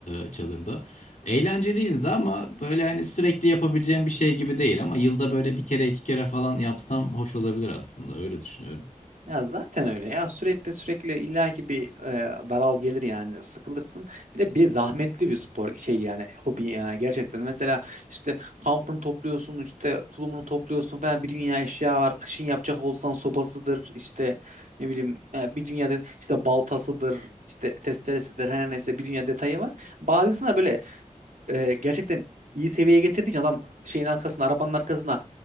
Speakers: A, on the left (about 75°); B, on the right (about 75°).
A: e, çadırda. Eğlenceliydi de ama böyle hani sürekli yapabileceğim bir şey gibi değil ama yılda böyle bir kere iki kere falan yapsam hoş olabilir aslında öyle düşünüyorum.
B: Ya zaten öyle ya sürekli sürekli illaki bir e, daral gelir yani sıkılırsın. Bir de bir zahmetli bir spor şey yani hobi yani gerçekten. Mesela işte kampını topluyorsun işte tulumunu topluyorsun falan bir dünya eşya var. Kışın yapacak olsan sobasıdır işte ne bileyim e, bir dünya de, işte baltasıdır işte testeresidir her neyse bir dünya detayı var. Bazı insanlar böyle e, gerçekten iyi seviyeye getirdiği için adam şeyin arkasına arabanın arkasına